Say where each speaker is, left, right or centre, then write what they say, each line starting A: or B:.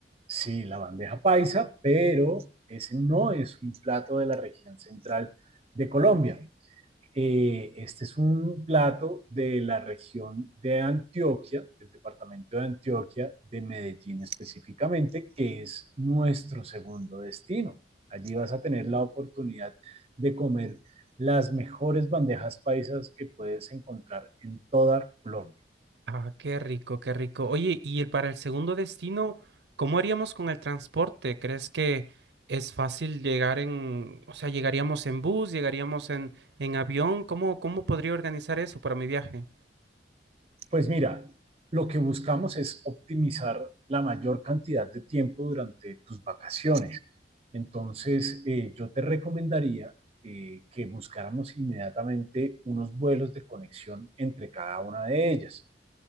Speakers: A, on the right (about 35°); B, on the right (about 70°).
A: Sí, la bandeja paisa, pero ese no es un plato de la región central de Colombia. Eh, este es un plato de la región de Antioquia, del departamento de Antioquia, de Medellín específicamente, que es nuestro segundo destino. Allí vas a tener la oportunidad de comer las mejores bandejas paisas que puedes encontrar en toda Colombia.
B: Ah, qué rico, qué rico. Oye, y el, para el segundo destino, ¿cómo haríamos con el transporte? ¿Crees que es fácil llegar en, o sea, llegaríamos en bus, llegaríamos en, en avión? ¿Cómo, cómo podría organizar eso para mi viaje?
A: Pues mira, lo que buscamos es optimizar la mayor cantidad de tiempo durante tus vacaciones. Entonces, eh, yo te recomendaría eh, que buscáramos inmediatamente unos vuelos de conexión entre cada una de ellas.